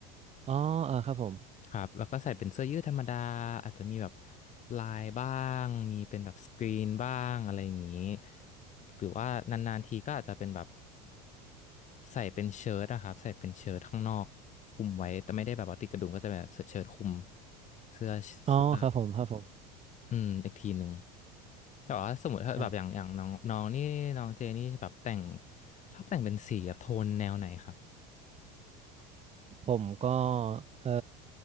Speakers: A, on the right; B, on the left.
A: อ๋อเออครับผม
B: ครับแล้วก็ใส่เป็นเสื้อยืดธรรมดาอาจจะมีแบบลายบ้างมีเป็นแบบสกรีนบ้างอะไรอย่างนี้หรือว่านานๆทีก็อาจจะเป็นแบบใส่เป็นเชิ้ตอะครับใส่เป็นเชิ้ตข้างนอกคลุมไว้แต่ไม่ได้แบบว่าติดกระดุมก็จะเป็นแบบเชิ้ตคลุมเสื้อเสื้อ
A: อ๋อครับผมครับผม
B: อืมอีกทีหนึ่งแต่ว่าสมมติถ้าแบบอย่างอย่างน้องน้องนี่น้องเจนี่แบบแต่ง
A: อ่ะ
B: ชอบแต่งเป็นสีแบบโทนแนวไหนครับ
A: ผมก็เออ